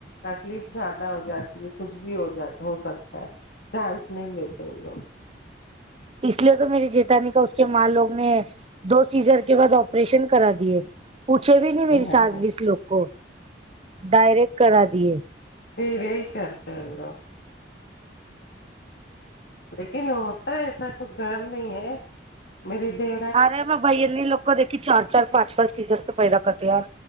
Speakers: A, on the left (about 60°); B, on the right (about 35°).
A: تکلیف زیادہ ہو جاتی ہے کچھ بھی ہو جاتا ہو سکتا ہے چانس نہیں لیتے ان لوگ
B: اس لیے تو میری چیتانی کہ اس کے ماں لوگ نے دو سیزر کے بعد پریشن کرا دیے پوچھے بھی نہیں میری
A: ہاں
B: سس بیس لوگ کو ڈائریکٹ کرا دیے
A: پ یہی کرتے ان لوگ لیکن ہوتا ایسا کوچھ ڈر نہیں ہے میری دی
B: آ رہے میں بائیتنی لو کو دیکھیے چار چار پانچ پانچ سیزر سے پیدا کرتے یار